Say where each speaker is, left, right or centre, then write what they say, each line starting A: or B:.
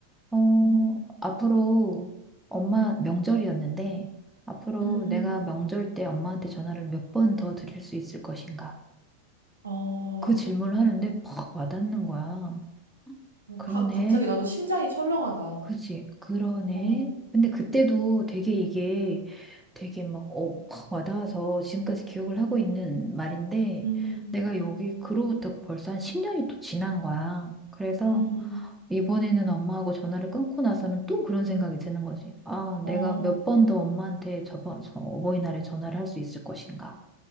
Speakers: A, in the centre; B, on the right.
A: 어,
B: 음,
A: 앞으로 엄마 명절이었는데, 앞으로
B: 음,
A: 내가
B: 음.
A: 명절 때 엄마한테 전화를 몇 번 더 드릴 수 있을 것인가?
B: 어, 어,
A: 그 질문을 하는데 퍽 와닿는 거야.
B: 어,
A: 그러네.
B: 가, 갑자기 나도 심장이 철렁하다.
A: 그치, 그러네.
B: 어,
A: 근데 그때도 되게 이게 되게 막, 어,
B: 음,
A: 확 와닿아서 지금까지 기억을 하고
B: 음,
A: 있는 말인데,
B: 음,
A: 내가
B: 음,
A: 여기 그로부터 벌써 한 10년이 또 지난 거야. 그래서
B: 음,
A: 이번에는 엄마하고 전화를 끊고 나서는 또 그런 생각이 드는 거지. 아,
B: 어,
A: 내가 몇 번 더 엄마한테 저번, 저 어버이날에 전화를 할 수 있을 것인가.